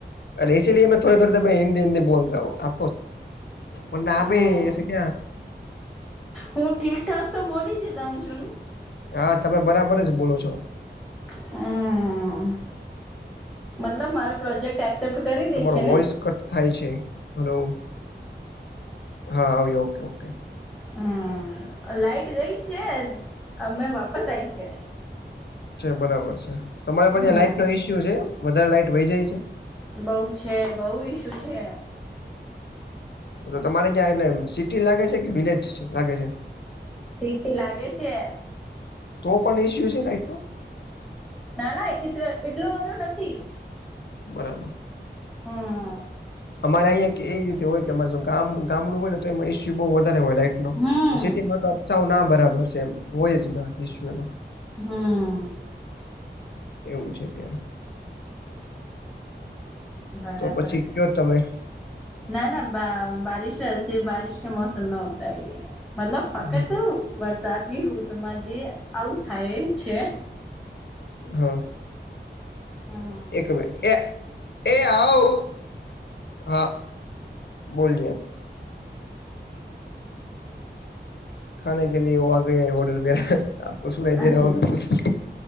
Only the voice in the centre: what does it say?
હમ
હું ઠીકઠાક તો બોલી જ જાઉં છું.
હમ્મ મતલબ મારો પ્રોજેક્ટ એક્સેપ્ટ કરી.
દે છે
ને
હમ્મ લાઈટ ગઈ છે અમે વાપસ આઈ છે
હમ
બોઉ છે બોઉ ઇસુ છે
સી ટી લાગે છે
ના ના એટલો બધો નથી
હમ્મ -
હમ
હમ્મ
બરાબર
ના ના બારીશ આવસે બારીશ આવસે <unintelligible> <unintelligible>
ઋતુ માં જે આવું થાય છે
હમ
અચ્છા